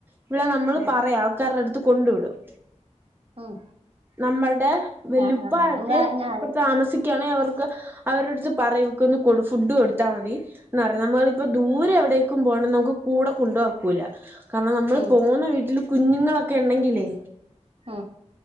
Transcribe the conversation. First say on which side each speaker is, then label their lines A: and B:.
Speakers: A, on the right; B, on the right.
A: ഇവിടെ നമ്മള്
B: ഉം
A: പറയാം ആൾക്കാടെ അടുത്ത് കൊണ്ടു വിടും.
B: ഉം.
A: നമ്മുടെ വെല്ലുപ്പൊക്കെ
B: ആഹ് ആഹ് ആഹ് ഇങ്ങള് ഇങ്ങള്
A: ഇപ്പ താമസിക്ക അവർക്ക് അവരുടെ അടുത്ത് പറയും ഇവർക്ക് ഒന്ന് കൊടു ഫുഡ് കൊടുത്താൽ മതി. എന്ന നമ്മളപ്പോ ദൂരെ എവിടെ പോ നമുക്ക് കൂടെ കൊണ്ടോവാൻ ഒക്കൂല്ല. കാരണം നമ്മള്
B: ഉം
A: പോകുന്ന വീട്ടില് കുഞ്ഞുങ്ങളൊക്കെ ഉണ്ടെങ്കില്
B: അ